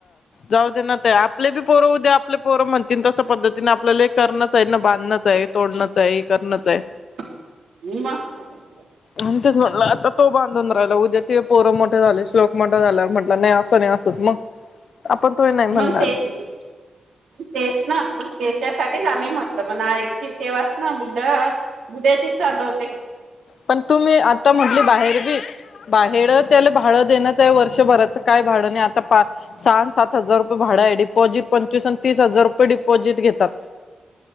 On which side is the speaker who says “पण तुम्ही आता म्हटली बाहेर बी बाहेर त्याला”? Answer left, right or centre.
Left